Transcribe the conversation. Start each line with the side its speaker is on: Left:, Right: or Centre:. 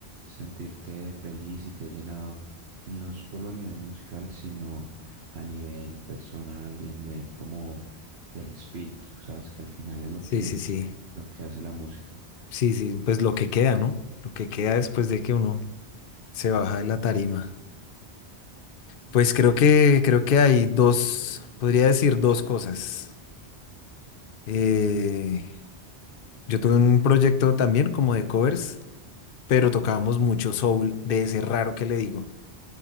Right: sentirte feliz y te ha llenado, no solo a nivel musical, sino a nivel personal y a nivel como del espíritu, ¿sabes? Que al final es lo
Left: sí,
Right: que,
Left: sí, sí,
Right: lo que hace la música.
Left: sí, sí, pues lo que queda, ¿no? Lo que queda después de que uno se baja de la tarima. Pues creo que, creo que hay dos, podría decir dos cosas. Eh, Yo tuve un proyecto también como de covers, pero tocábamos mucho soul, de ese raro que le digo.